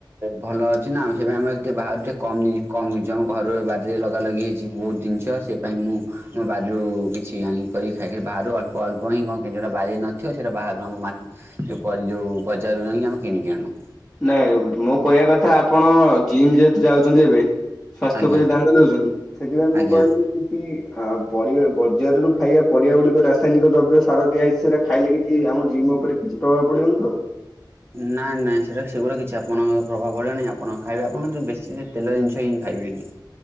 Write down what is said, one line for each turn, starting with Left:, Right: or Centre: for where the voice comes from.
Right: ଭଲ ଅଛିନା ସେପାଇଁ ଆମେ ଟିକେ ବାହାରୁ ଟିକେ କମ ଇ କମ୍ ଜିନିଷ ଆମ ଘରବାରିରେ ଲଗାଲଗି ହେଇଛି ବହୁତ ଜିନିଷ ସେ ପାଇଁ ମୁଁ ଆମ ବାରିରୁ କିଛି ଆଣି କରିଖାଇକି ବାହାରୁ ଅଳ୍ପ ଅଳ୍ପ ହିଁ କଣ କିଣ ଯଉଟା ବାରିରେ ନଥିବ ସେଇଟା ବାହାରୁ ଆମ ମା ଯୋଉ ପ ଯୋଉ ବଜାରରୁ ଯାଇଁ ଆମେ କିଣିକି ଆଣୁ।
Centre: ନାଇଁ ମୋ କହିବା କଥା ଆପଣ ଜିମ ଯେହେତୁ ଯାଉଛନ୍ତି ଏବେ ସ୍ୱାସ୍ଥ୍ୟ
Right: ଆଜ୍ଞା
Centre: ପ୍ରତି ଧ୍ୟାନ ଦଉଛନ୍ତି ସେଥିପାଇଁ ମୁଁ
Right: ଆଜ୍ଞା
Centre: କହିଲି ଲି କି ଆ ପରି ବଜାର ରୁ ଖାଇବା ପରିବା ଗୁଡିକ ରାସାୟନିକ ଦ୍ରବ୍ୟ ସାର ଦିଆଇଛି ସେରା ଖାଇଲେ କିଛି ଆମ ଜିମ ଉପରେ କିଛି ପ୍ରଭାବ ପଡିବନିତ।
Right: ନା ନାଇଁ ସେରା ରେ ସେଗୁଡା କିଛି ଆପଣଙ୍କ ପ୍ରଭାବ ପଡ଼ିଲାନି ଆପଣ ଖାଇବେ ଆପଣ ନ୍ତୁ ବେଶୀ ରେ ତେଲ ଜିନିଷ ହିଁ ଖାଇବେନି।